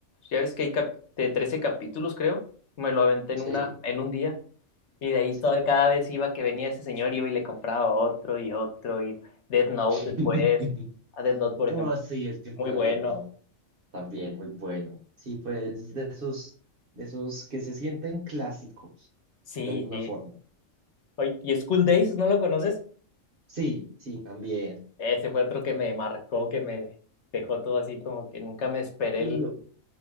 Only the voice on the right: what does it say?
Sí,
sí.
<laughs>
Oh, sí, el tiempo
de
no también muy bueno. Sí, pues de esos, de esos que se sienten clásicos,
de alguna
forma.
Sí, sí, también.
Lo-